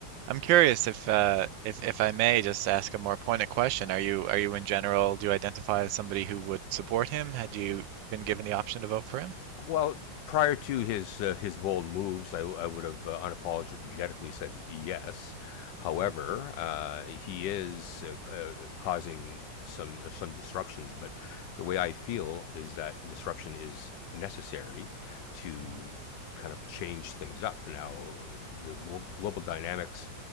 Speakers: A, on the right; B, on the left.
A: I'm curious if, uh, if if I may just ask a more pointed question. Are you are you in general do you identify as somebody who would support him? Had you been given the option to vote for him?
B: Well, prior to his uh, his bold moves, I, I would have uh, unapologetically said yes. However,
A: Mm,
B: uh, he is uh, uh, causing some some disruptions. But the way I feel is that disruption is necessary to
A: mm,
B: kind of change things up. Now, the global dynamics